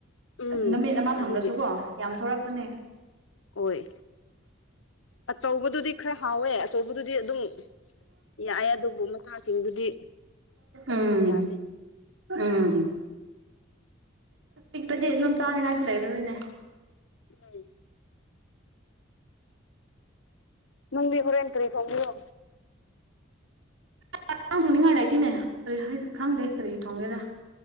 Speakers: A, on the left (about 75°); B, on the right (about 80°).
A: ꯎꯝ
B: ꯅꯨꯃꯤꯠ ꯑꯃ
A: ꯑꯗꯨꯒꯤ
B: ꯊꯝꯗ꯭ꯔꯥꯁꯨꯀꯣ ꯌꯥꯝ ꯊꯣꯔꯛꯄꯅꯦ
A: ꯑꯣꯏ ꯑꯆꯧꯕꯗꯨꯗꯤ ꯈꯔꯥ ꯍꯥꯎꯋꯦ ꯑꯆꯧꯕꯗꯨ ꯗꯤ ꯑꯗꯨꯝ ꯌꯥꯑꯦ ꯑꯗꯨꯕꯨ ꯃꯆꯥꯁꯤꯡꯗꯨꯗꯤ
B: ꯎꯝ
A: ꯌꯥꯗꯦ
B: ꯎꯝ ꯄꯤꯛꯄꯗꯤ ꯑꯗꯨꯝ ꯆꯥꯅꯤꯡꯉꯥꯏꯁꯨ ꯂꯩꯔꯥꯔꯣꯏꯅꯦ
A: ꯎꯝ ꯅꯪꯗꯤ ꯍꯣꯔꯦꯟ ꯀꯔꯤ ꯊꯣꯡꯗꯣꯢꯅꯣ
B: <unintelligible> ꯊꯣꯡꯅꯤꯡꯉꯥꯏ ꯂꯩꯇꯤꯅꯦ ꯀꯔꯤ ꯍꯥꯏꯁꯦ ꯈꯪꯗꯦ ꯀꯔꯤ ꯊꯣꯡꯒꯦꯔꯥ